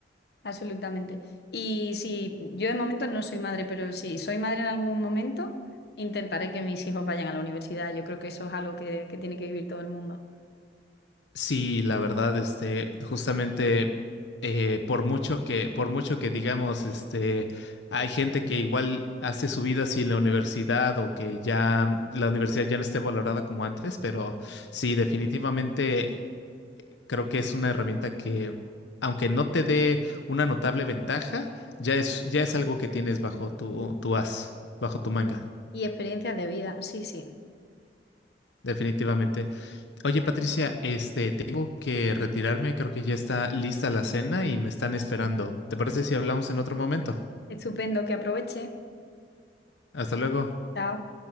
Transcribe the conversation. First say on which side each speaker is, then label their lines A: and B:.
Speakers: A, on the left; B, on the left.
A: Absolutamente. Y si yo de momento no soy madre, pero si soy madre en algún momento, intentaré que mis hijos vayan a la universidad. Yo creo que eso es algo que, que tiene que vivir todo el mundo.
B: Sí, la verdad, este, justamente eh, por mucho que, por mucho que digamos, este, hay gente que igual hace su vida sin la universidad o que ya la universidad ya no esté valorada como antes, pero sí, definitivamente. Creo que es una herramienta que, aunque no te dé una notable ventaja, ya es, ya es algo que tienes bajo tu, tu as, bajo tu manga,
A: Y experiencias de vida, sí, sí.
B: definitivamente. Oye, Patricia, este, tengo que retirarme, creo que ya está lista la cena y me están esperando. ¿Te parece si hablamos en otro momento?
A: Estupendo, que aproveche.
B: Hasta luego.
A: Chao.